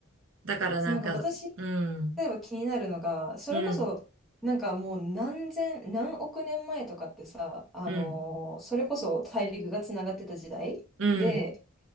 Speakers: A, on the right; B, in the centre.
A: だからなんか、
B: そう、なんか私、
A: うん、
B: 例えば気になるのが、それこそ、
A: うん、
B: なんかもう何千、何億年前とかってさ、あのーそれこそ大陸がつながってた時代で、
A: うん、うん、